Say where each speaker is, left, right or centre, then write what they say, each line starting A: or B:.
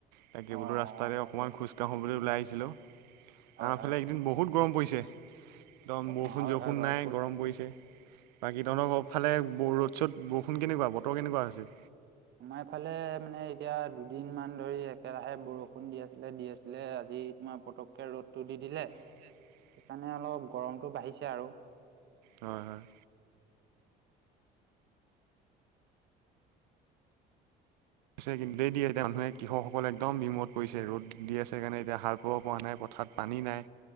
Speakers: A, on the right; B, on the right.
A: তাকে
B: অ
A: বোলো ৰাস্তাৰে
B: অ অ হয়
A: অকণমান
B: বাৰু
A: খোজ কাঢ়িবলৈ ওলাই আহিছিলোঁ
B: হয়
A: আফালে
B: হয়
A: একদিন বহুত। গৰম পৰিছে একদম
B: অ
A: বৰষুণ
B: অ হয়
A: জৰষুণ
B: হয় বাৰু
A: নাই গৰম পৰিছে বাকী তহঁতৰ
B: তাক
A: অফালে ৰ'দ চ'দ বৰষুণ কেনেকুৱা বতৰ কেনেকুৱা আছে
B: সোমাই ফালে মানে এতিয়া দুদিন মান ধৰি একেৰাহে বৰষুণ দি আছিলে দি আছিলে আজি। তোমাৰ পতককে ৰ'দটো দি দিলে
A: হ
B: সেইকাৰণে অলপ গৰমতটো বাঢ়িছে আৰু
A: হয় হয়। েই দিয়ে এতিয়া মানুহে কৃষসকলে একদম বিমত পৰিছে ৰ'দ দি আছে সেইণ এতিয়া সাৰ পাব পৰা নাই ক ঠাত পানী নাই